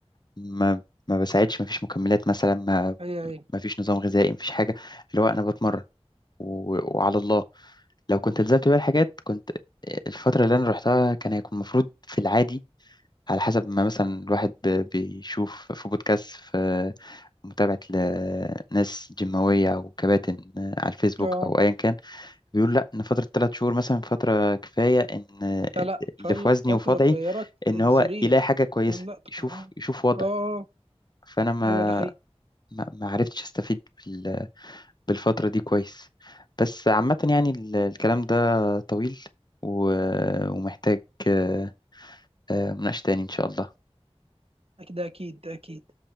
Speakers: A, on the left; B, on the right.
A: ما ما بساعدش ما فيش مكملات مثلا ما
B: هي هي
A: ما فيش نظام غذائي ما فيش حاجه اللي هو انا بتمرن و... وعلى الله لو كنت التزمت بقى الحاجات كنت الفتره اللي انا رحتها كان هيكون المفروض في العادي على حسب ما مثلا الواحد ب... بيشوف في بودكاست في متابعة لناس جيماوية أو كباتن على الفيسبوك
B: اه
A: أو أيا كان بيقول لأ إن فترة ثلاث شهور مثلا فترة كفاية إن
B: لا لا
A: اللي
B: فالفترة
A: في وزني وفي وضعي
B: اتغيرت
A: إن
B: تجذريا
A: هو يلاقي حاجة كويسة
B: فاهم لا تق-
A: يشوف
B: اه
A: يشوف وضع
B: اه آه،
A: فأنا ما
B: ايوه ده حقيقي
A: ما ما عرفتش أستفيد بال- بالفترة دي كويس بس عامة يعني ال- الكلام ده طويل و- ومحتاج آه، آه، مناقشة تاني إن شاء الله
B: اكيد ده اكيد ده اكيد